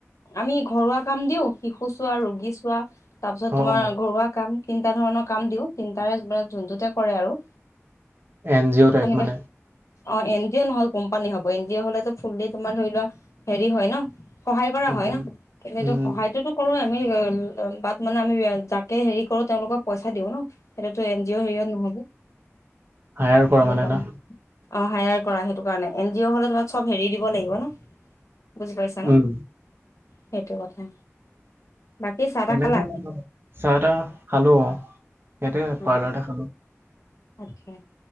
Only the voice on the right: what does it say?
অ
অ
এন জি অ' টাইপ
মানে
উম
উম
হায়াৰ কৰা
মানে
না
উম
তেনেক
চাহ টাহ খালো অ ইয়াতে
পাৰ্লাৰ টে খালো